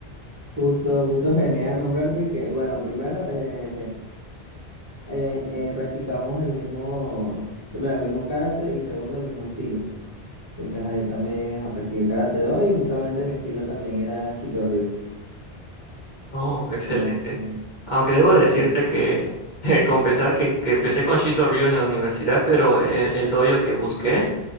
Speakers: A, on the right (about 15°); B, on the left (about 45°).
A: Justo, justo venía a nombrarte que, bueno, primero... eh, eh, eh, practicamos el mismo, primero el mismo karate y segundo el mismo estilo. Porque ajá, yo también ajá, practiqué Karate Do y justamente mi estilo también era Shitoryu.
B: Oh, excelente.
A: Porque,
B: Aunque debo decirte
A: sí,
B: que, <laughs> eh, confesar que, que empecé con Shito Ryu en la universidad, pero eh, el, doyo que busqué,